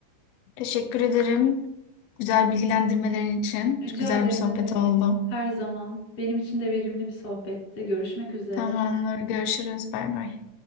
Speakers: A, on the left; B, on the left.
A: Teşekkür ederim. Güzel bilgilendirmelerin için.
B: Rica
A: Güzel
B: ederim
A: bir sohbet
B: ne demek?
A: oldu.
B: Her zaman. Benim için de verimli bir sohbette. Görüşmek üzere.
A: Tamamdır. Görüşürüz. Bay bay.